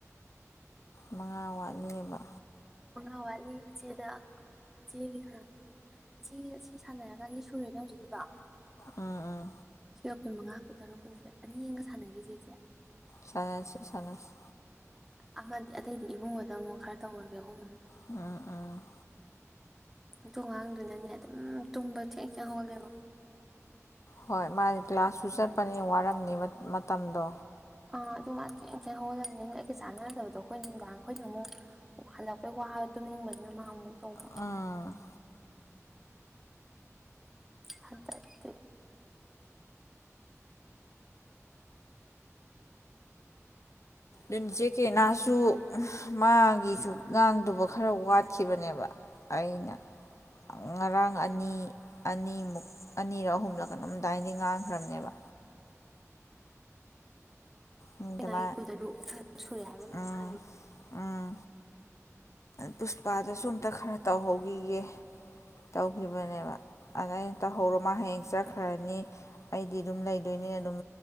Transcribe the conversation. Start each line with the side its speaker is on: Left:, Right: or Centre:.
Left: ꯃꯉꯥ ꯋꯥꯠꯂꯤꯕ
Centre: ꯃꯉꯥ ꯋꯥꯠꯂꯤ ꯏꯆꯦꯗ ꯏꯆꯦꯒꯤ ꯁꯥꯟꯅꯒꯗꯕ ꯏꯆꯦ ꯁꯤ ꯁꯥꯟꯅꯔꯒꯅꯤ ꯁꯨꯔꯦꯅ ꯍꯧꯖꯤꯛꯀꯤꯗꯣ
Left: ꯎꯝ ꯎꯝ
Centre: ꯁꯤ ꯀꯨꯟꯃꯉꯥ ꯀꯨꯟ ꯇꯔꯨꯛ ꯀꯨꯟꯇ ꯇꯔꯦꯠ ꯑꯅꯤ ꯌꯦꯡꯒ ꯁꯥꯟꯅꯈꯤꯁꯦꯁꯦ
Left: ꯁꯅꯁꯤ ꯁꯅꯁꯤ
Centre: ꯑꯃꯗꯤ ꯑꯇꯩꯗꯤ ꯏꯕꯨꯡꯉꯣꯗ ꯑꯃꯨꯛ ꯈꯔ ꯇꯧꯔꯒꯦ ꯑꯍꯨꯝꯅ
Left: ꯎꯝ ꯎꯝ
Centre: ꯇꯣꯉꯥꯡꯗꯨꯅꯅꯦ ꯑꯗꯨꯝ ꯇꯨꯝꯕ ꯊꯦꯛ ꯌꯥꯍꯜꯂꯦꯕ
Left: ꯍꯣꯏ ꯃꯥꯒꯤ ꯀ꯭ꯂ꯭ꯂꯥꯁ ꯁꯨ ꯆꯠꯄꯅꯤ ꯋꯥꯔꯝꯅꯤꯕ ꯃꯇꯝꯗꯣ
Centre: ꯑꯥ ꯑꯗꯨ ꯃꯥ ꯊꯦꯡ ꯊꯦꯡꯅ ꯍꯧꯒꯜꯂꯅꯤ ꯑꯗꯨ ꯑꯩꯒ ꯆꯥꯟꯅꯗꯕꯗꯣ ꯑꯩꯈꯣꯏ ꯅꯨꯡꯗꯥꯡ ꯑꯩꯈꯣꯏꯅ ꯑꯃꯨꯛ ꯍꯜꯂꯛꯄꯩ ꯋꯥꯕ ꯇꯨꯝꯅꯤꯡꯕꯅꯤꯅ ꯃꯥ ꯑꯃꯨꯛ ꯇꯧꯕ
Left: ꯎꯝ
Centre: ꯍꯥꯏꯇꯥꯏꯇ
Left: ꯑꯗꯨꯅ ꯖꯦꯛꯀꯦꯠ ꯁꯨ ꯃꯥꯒꯤꯁꯨ ꯉꯥꯡꯗꯕ ꯈꯔ ꯋꯥꯠꯈꯤꯕꯅꯦꯕ ꯑꯩꯅ ꯉꯔꯥꯡ ꯑꯅꯤ ꯑꯅꯤꯃꯨꯛ ꯑꯅꯤꯔꯛ ꯑꯍꯨꯝꯂꯛ ꯀꯅꯝꯗꯥꯏꯗꯤ ꯉꯥꯡꯈ꯭ꯔꯕꯅꯦꯕ ꯃꯤꯗ
Centre: ꯑ
Left: ꯃꯥ
Centre: ꯣꯏꯗ ꯁꯨꯔꯦ ꯍꯥꯏꯔ ꯀꯩꯅꯣ
Left: ꯎꯝ
Centre: ꯍꯥꯏ
Left: ꯎꯝ ꯄꯨꯁꯄꯥꯗꯁꯨ ꯑꯝꯇ ꯈꯔ ꯇꯧꯍꯧꯈꯤꯒꯦ ꯇꯧꯈꯤꯕꯅꯦꯕ ꯑꯗ ꯑꯩꯅ ꯇꯧꯍꯧꯔꯣ ꯃꯥ ꯍꯌꯦꯡ ꯆꯠꯈ꯭ꯔꯅꯤ ꯑꯩꯗꯤ ꯑꯗꯨꯝ ꯂꯩꯗꯣꯏꯅꯤꯅ ꯑꯗꯨꯝ